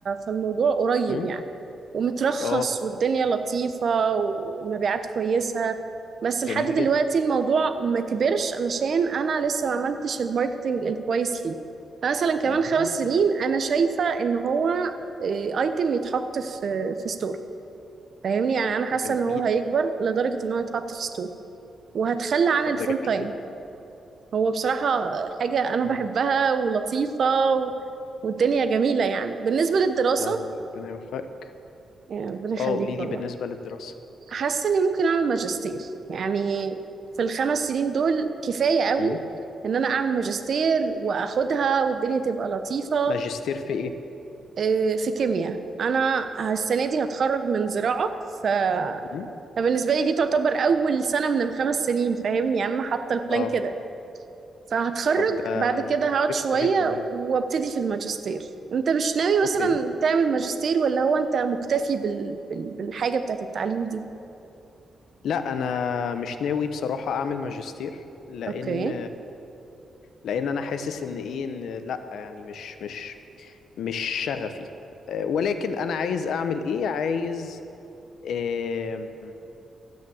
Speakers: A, on the right (about 45°); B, on the left (about 80°).
A: فالموضوع قريب
B: امم
A: يعني ومترخص
B: اه
A: والدنيا لطيفة والمبيعات كويسة بس
B: جميل
A: لحد دلوقتي
B: جدا
A: الموضوع ما كبرش علشان انا لسه ما عملتش الماركتنج الكويس ليه فمثلا كمان
B: مهم.
A: خمس سنين انا شايفة ان هو ايتم يتحط في في ستور فاهمني يعني انا حاسة
B: جميل
A: ان هو هيكبر لدرجة ان هو يتحط في ستور وهتخلى عن
B: طب
A: الفول
B: ده جميل
A: تايم
B: جدا
A: هو بصراحة حاجة أنا
B: مم.
A: بحبها ولطيفة و... والدنيا جميلة يعني بالنسبة للدراسة
B: ده ربنا يوفقك
A: يعني ربنا يخليك
B: اه قولي لي
A: والله
B: بالنسبة للدراسة
A: حاسة إني ممكن أعمل ماجستير يعني في الخمس سنين دول كفاية قوي
B: مم.
A: إن أنا أعمل ماجستير وأخدها والدنيا تبقى لطيفة
B: ماجستير في ايه
A: آه، في كيمياء أنا السنة دي هتخرج من زراعة ف...
B: مم.
A: فبالنسبة لي دي تعتبر أول سنة من الخمس سنين فاهمني يعني أنا حاطة البلان
B: اه
A: كده فهتخرج
B: طب ده
A: بعد كده هقعد
B: قشطة
A: شوية
B: جدا يعني
A: وابتدي في الماجستير انت مش ناوي مثلا
B: اوكي
A: تعمل ماجستير ولا هو انت مكتفي بال... بال... بالحاجة بتاعت التعليم دي
B: لا انا مش ناوي بصراحة اعمل ماجستير لان
A: اوكي
B: لان انا حاسس ان ايه ان لا يعني مش مش مش شغفي آه، ولكن انا عايز اعمل ايه عايز آم،